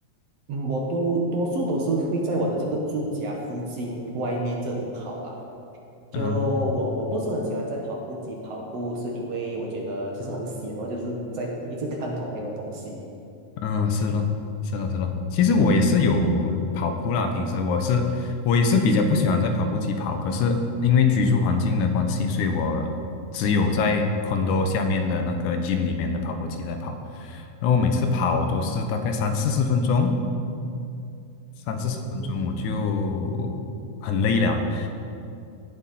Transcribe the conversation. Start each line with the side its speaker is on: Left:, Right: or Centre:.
Right: 嗯，我多多数都是会在我的这个住家附近外面这里跑啊。就我我不是很喜欢在跑步机跑步，
Left: 嗯
Right: 是因为我觉得就是很闲哦，就是在一直看同样的东西。
Left: 嗯，是咯，是咯，是咯。其实我也是有有跑步啦，平时我是我也是比较不喜欢在跑步机跑，可是因为居住环境的关系，所以我只有在 condo 下面的那个 gym 里面的跑步机在跑。然后我每次跑都是大概三四十分钟，三四十分钟我就很累了。
Right: 嗯